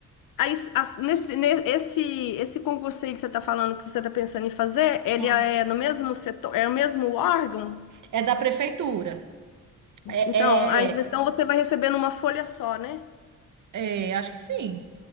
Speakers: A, on the left; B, on the right.
A: Aí, s- as- nesse, ne- esse, esse concurso aí que você está falando, que você está pensando em fazer, ele
B: ah.
A: é no mesmo setor, é o mesmo órgão?
B: É da prefeitura. É,
A: Então, aí,
B: é,
A: então você vai receber numa folha só, né?
B: é, acho que sim.